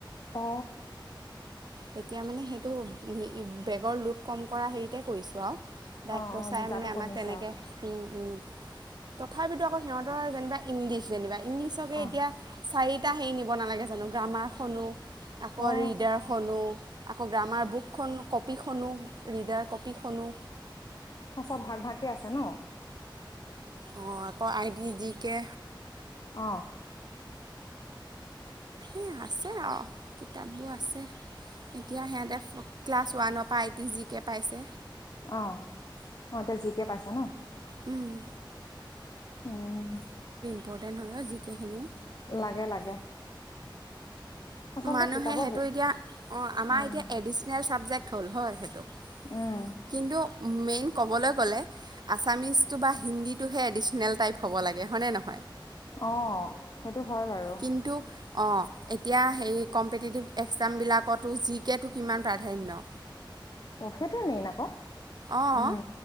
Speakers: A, on the left (about 50°); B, on the right (about 55°).
A: অ',
B: তেতিয়া মানে, সেইটো বেগৰ লোড কম কৰা হেৰিতে কৰিছোঁ আৰু। ডাইৰেক্টৰ
A: অ
B: চাৰে
A: বুজাটো
B: মানে
A: কমিছে
B: আমাক তেনেকে
A: আৰু
B: উম, উম। তথাপিতো, আকৌ সিহঁতৰ যেনিবা ইংলিছ যেনিবা, ইংলিছকে এতিয়া
A: অ
B: চাৰি টা হেৰি নিব নালাগে জানো? গ্ৰামাৰ খনো, আকৌ
A: অ
B: ৰিডাৰ খনো। আকৌ গ্ৰামাৰ বুকখন, কপি খনো, ৰিডাৰ কপিখনো।
A: অ', চব ভাগ ভাগকে আছে ন?
B: অ', আকৌ আই ডি, জি কে।
A: অ',
B: এই আছে আৰু কিতাপবোৰ আছে। এতিয়া সিহঁতে ক্লাছ ওৱানৰ পৰা আই টি, জি কে পাইছে।
A: অ', অ', এতিয়া জি কে পাইছে ন?
B: উম,
A: উম,
B: ইম্পৰ্টেণ্ট হয়, অ', জি কে খিনিও।
A: লাগে লাগে। আচলতে
B: মানুহে
A: কিতাপৰ
B: সেইটো এতিয়া অ', আমাৰ
A: উম
B: এতিয়া এডিচনেল চাবজেক্ট হ'ল হয়, সেইটো?
A: উম,
B: কিন্তু মেইন ক'বলৈ গ'লে, আছামিজটো বা হিন্দীটোহে এডিচনেল টাইপ হ'ব লাগে, হয়নে নহয়?
A: অ', সেইটো হয় বাৰু।
B: কিন্তু অঁ এতিয়া সেই কম্পিটিটিভ এক্সামবিলাকতো জি কেটো কিমান প্ৰাধান্য।
A: অ', সেইটোৱে মেইন আকৌ।
B: অ',
A: উম,